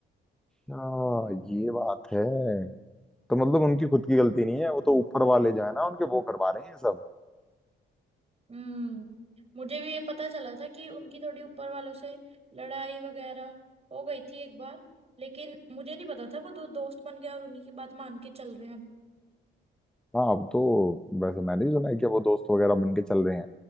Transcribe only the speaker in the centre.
हाँ ये बात है तो मतलब उनकी खुद की गलती नहीं है वो तो ऊपर वाले जो है ना उनके वो करवा रहे हैं ये सब
हाँ अब तो वैसे मैंने भी सुना है कि अब वो दोस्त वगैरह बन के चल रहे हैं